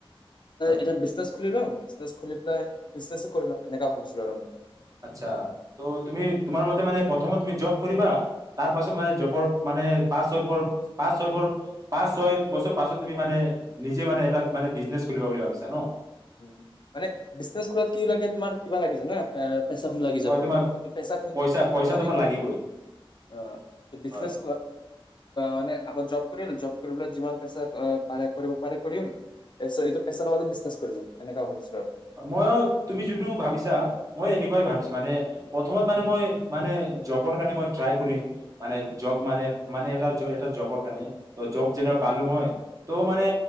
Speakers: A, on the right; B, on the left.
A: হয়,
B: এটা বিনে দিলং খুলি পেলাই বিশ্বাসে কৰিলম এনেককা ভাবিছো <inaudible>
A: আচছা ত' তুমি তোমাৰ মতে মানে প্ৰথমত তুমি জব কৰিবা তাৰ পাছত মানে জবৰ মানে পাঁচ ছয় পৰ পাঁচ ছয়ৰ পাঁচ ছয় বছৰ পাছত তুমি মানে নিজে মানে এটা মানে বিজনেচ খুলিবা বুলি ভাবিছা ন
B: উ মানে বিজনে খলত কি লাগে তোমাৰ কিবা লাগিছে না পেচাখন লাগি
A: হয়
B: যাব
A: তোমাৰ
B: ত পেচা খ
A: পইচা পইচা
B: মানে
A: তোমাৰ
B: তই
A: লাগিবই
B: অ বিচনেছ
A: হয়
B: মানে আ <inaudible> গৌ জব কৰি জব কৰিবলৈ যিমান পইচা পাৰে কৰিব কৰিমটো পইচাঁ এনেুৱা ভাবছো আৰু <inaudible>
A: মইও তুমি যোনটো ভাবিছা মই এনেকুৱাই ভাবিছা মানে প্ৰথমত মানে মই মানে জবৰ কাৰণে মই ট্ৰাই কৰিম মানে জব মানে মানে এ এ জবৰ কাৰণে জব যেতিয়াই
B: উম,
A: পালো নহয় ত মানে